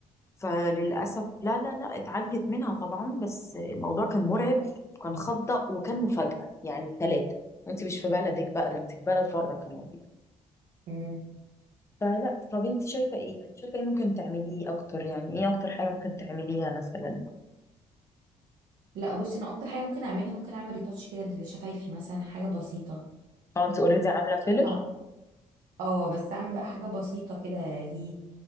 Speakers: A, on the left (about 20°); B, on the right (about 80°).
A: فللاسف لا لا لا اتعالجت منها طبعا بس الموضوع كان مرعب وكان خضق وكان مفاجاه يعني ثلاثه وانت مش في بلدك بقى ده انت في بلد بره كمان
B: مم.
A: فلا طب انت شايفة ايه يعني شايفة ايه ممكن تعمليه اكتر يعني ايه اكتر حاجة ممكن تعمليها مثلا
B: لا بصي أنا أكتر حاجة ممكن أعملها ممكن أعمل ريتاتش كده لشفايفي مثلا حاجة بسيطة
A: اه انت اوريدي عاملة فيلر
B: آه، اه بس اعمل بقى حاجة بسيطة كده ليه